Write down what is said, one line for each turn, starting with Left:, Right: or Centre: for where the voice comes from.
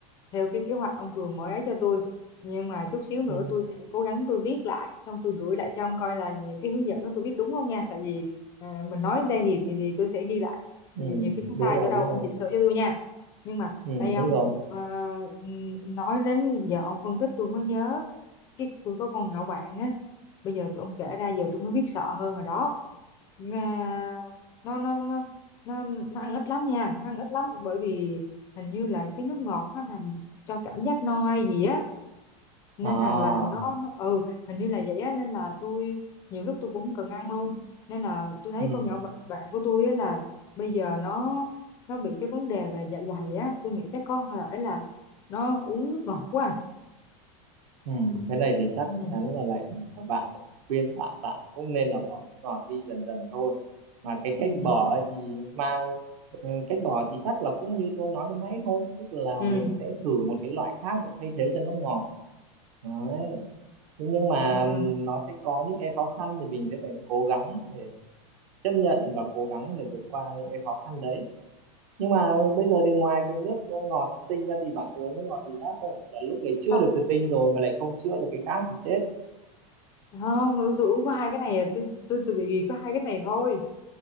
Left: theo cái kế hoạch ông vừa mới ấy cho tôi. Nhưng mà chút xíu nữa
Right: Ừ.
Left: tôi sẽ cố gắng tôi viết lại, xong tôi gửi lại cho ông coi là những cái hướng dẫn đó tôi viết đúng không nha. Tại vì à, mình nói đây thì, thì thì tôi sẽ ghi lại. Thì
Right: Ừ.
Left: nhiều khi có
Right: Đúng
Left: sai
Right: rồi,
Left: chỗ đâu
Right: đúng
Left: ông
Right: rồi.
Left: chỉnh sửa cho tôi nha. Nhưng mà
Right: Ừ,
Left: đây ông
Right: đúng rồi.
Left: ờ, ừm, nói đến giờ ông phân tích tôi mới nhớ cái tôi có con nhỏ bạn á. Bây giờ tụi ông kể ra giờ tôi mới biết sợ hơn rồi đó. Nga nó nó nó nó nó ăn ít lắm nha nó ăn ít lắm bởi vì hình như là cái nước ngọt nó làm cho cảm giác no hay gì á nên
Right: À.
Left: rằng là nó, nó ừ hình như là vậy á nên là tôi nhiều lúc tôi cũng không cần ăn luôn nên là tôi thấy
Right: Ừ.
Left: con nhỏ bạn, bạn của tôi á là bây giờ nó nó bị cái vấn đề về dạ dày á tôi nghĩ chắc có thể là nó uống nước ngọt quá à.
Right: Ừ. Thế này thì chắc
Left: ừ
Right: chắn là lại các bạn phải khuyên bạn bạn cũng nên là bỏ nước ngọt đi dần dần thôi. Mà cái cách
Left: ừ
Right: bỏ ấy thì mang ừ, cách bỏ thì chắc là cũng như tôi nói lúc nãy thôi, tức là
Left: ừ
Right: mình sẽ thử một cái loại khác để thay thế cho nước ngọt. Đấy. Thế nhưng mà
Left: ừ.
Right: ừ, nó sẽ có những cái khó khăn thì mình sẽ phải cố gắng để chấp nhận và cố gắng để vượt qua những cái khó khăn đấy nhưng mà bây giờ thì ngoài cái nước ngọt Sting ra thì bạn có uống nước ngọt gì khác không Chả lúc này chữa
Left: Không,
Right: được Sting rồi mà lại không chữa được cái khác thì chết
Left: không tôi, tôi uống có hai cái này à tôi tôi tôi bị gì có hai cái này thôi